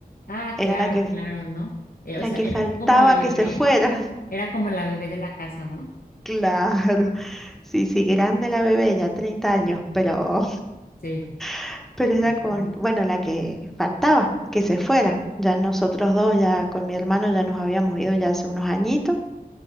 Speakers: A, on the left (about 65°); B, in the centre.
A: Ah,
B: era
A: claro,
B: la que,
A: claro, ¿no? Eh,
B: la
A: o sea,
B: que
A: era
B: faltaba
A: así como la bebé,
B: que se fuera. <laughs>
A: era como la bebé de la casa, ¿no?
B: Claro, sí, sí, grande la bebé, ya 30 años, pero,
A: Sí,
B: <laughs> pero era
A: claro.
B: con,
A: ¿no?
B: bueno, la que faltaba que se fuera. Ya nosotros dos, ya con mi hermano, ya nos habíamos ido ya hace unos añitos,